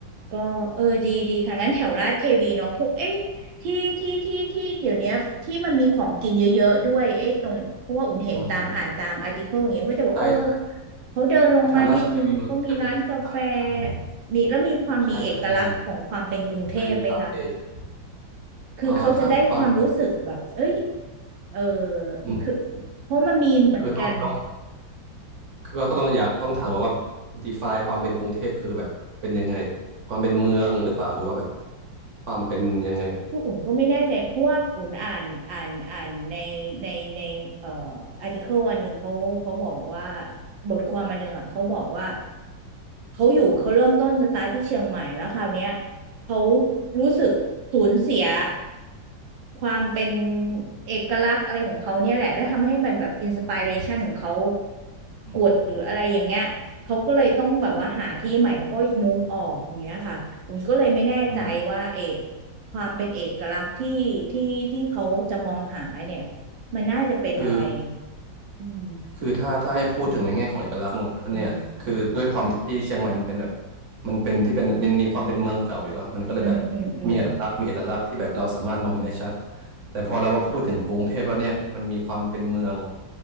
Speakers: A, on the right; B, on the right.
A: ก็เออดีดีค่ะงั้นแถวลาดเทวีเนาะพวกเอ้ยที่ที่ที่ที่เดี๋ยวเนี้ยที่มันมีของกินเยอะๆด้วยเอ้ยตรงเพราะว่าอุ่นเห็นตามอ่านตามอาร์ติเคิลอย่างเงี้ยก็จะบอกเออ
B: อืม ใช่ใช่
A: เขาเดินลงมานิดนึงก็มีร้านกาแฟ
B: ถ้าแถวราชเทวีมันก็จะมีอ่าใช่อยู่
A: มีแล้วมีความมีเอกลักษณ์ของความเป็นกรุงเทพไหมคะ
B: ใช่มันจะมีจะมีคาเฟ่เยอะ
A: คือเขาจะได้ความรู้สึกแบบเอ้ย
B: เอ่อถ้าความเป็น
A: เออ
B: อืม
A: คือเพราะมันมีเหมือนกัน
B: คือต้องต้องคือก็ต้องอยากต้องถามก่อนว่า define ความเป็นกรุงเทพคือแบบเป็นยังไงความเป็นเมืองหรือเปล่าหรือว่าแบบความเป็นยังไง
A: คืออุ่นก็ไม่แน่ใจเพราะว่าอุ่นอ่านอ่านอ่านในในในเอ่ออาร์ติเคิลอันหนึ่งเขาเขาบอกว่าบทความอันหนึ่งอ่ะเขาบอกว่าเขาอยู่เขาเริ่มต้นสตาร์ทที่เชียงใหม่แล้วคราวเนี้ยเขารู้สึกสูญเสียความเป็นเอกลักษณ์อะไรของเขาเนี่ยแหละแล้วทำให้มันแบบอินสปิเรชันของเขา
B: อืมอืม
A: กดหรืออะไรอย่างเงี้ยเขาก็เลยต้องแบบว่าหาที่ใหม่เขาก็ move ออกอย่างเงี้ยค่ะผมก็เลยไม่แน่ใจว่าเออ
B: อืม
A: ความเป็นเอกลักษณ์ที่ที่ที่เขาจะมองหาเนี่ยมันน่าจะเป็นอะไร
B: คือ
A: อืม
B: คือถ้าถ้าให้พูดถึงในแง่ของเอกลักษณ์เนี่ยคือด้วยความที่เชียงใหม่มันเป็นแบบ
A: อืม
B: มันเป็นที่เป็นมันมีความเป็นเมืองเก่าอยู่เนาะมันก็เลยแบบ
A: อืมอืมอืม
B: มีเอกลักษณ์มีเอกลักษณ์ที่แบบเราสามารถมองเห็นได้ชัดแต่พอเรามาพูดถึงกรุงเทพแล้วเนี่ยมันมีความเป็นเมือง